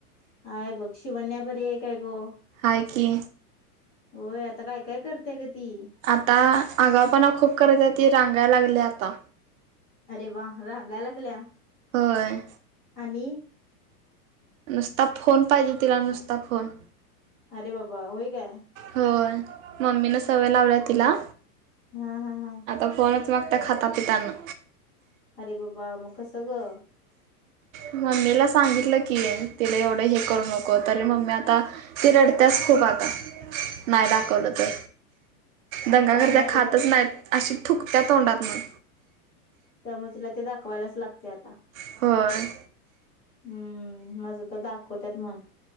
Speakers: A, on the left; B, on the right.
A: हाय बघ शिवण्या बरी आहे काय ग?
B: हाय की.
A: होय आता काय काय करतेय ग ती?
B: आता आगाऊपणा खूप करत आहे ती रांगाय लागली आता.
A: अरे वा रांगाय लागल्या.
B: होय.
A: आणि?
B: नुसता फोन पाहिजे तिला नुसता फोन.
A: अरे बाबा होय काय?
B: होय मम्मी न सवय लावलाय तिला.
A: हां हां हां.
B: आता फोनच मागतेय खाता पिताना.
A: अरे बाबा मग कस गं?
B: मम्मीला सांगितलं की तिला एवढं हे करू नको तरी मम्मी आता ती रडत्यास खूप आता नाही दाखवलं तर. दंगा
A: त्यामुळे
B: करत्याय खातच
A: तिला
B: नाहीत अशी थुकत्या तोंडातन.
A: त्यामुळ तिला ते दाखवायलाच लागते आता.
B: होय.
A: हम्म माझं तर दाखवत्यात मन.